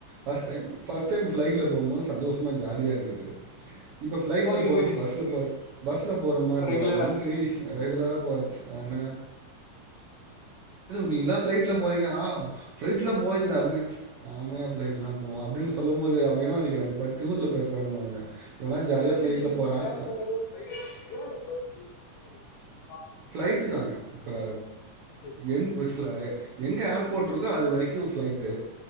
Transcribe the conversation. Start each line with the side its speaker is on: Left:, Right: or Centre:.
Right: பஸ்ட் டைம் ஃபர்ஸ்ட் டைம் ஃபிளைட்ல போகும்போது சந்தோஷமா ஜாலியா இருந்தது இப்ப ஃபிளைட்ல
Left: போயிட்டு
Right: போறது
Left: போய்
Right: பஸ்ல போற பஸ்ல போற மாரி இருக்கு
Left: ரெகுலரா
Right: அது ஒன்னு பெரிய விஷயம்
Left: ஆமா.
Right: ரெகுலரா ன நீ ஃபிளைட்ள போறீங்க ஆ ஃபிளைட்ள போவீங்களா புன ஆமயா ஃபிளைட்லாம் போவம் அப்டின்னு சொல்லும்போது அவுங்க என்ன நெனைக்குறாங்க பார் திமிர்ல பேசுறான்னுவாங்க இவன்லாம் ஜாலியா
Left: எப்டி
Right: ஃப்ளைட்ல
Left: நீங்க இப்ப
Right: போறான்.
Left: டிராவல்
Right: அ
Left: பண்றதோ இல்ல பஸ்ஸு <inaudible>
Right: ஃபிளைட் தாங்க பல
Left: ஓகே
Right: என் ஒரு <unintelligible> எங்க ஏர்போர்ட் இருக்கோ அது வரைக்கும் ஃப்ளைட்டு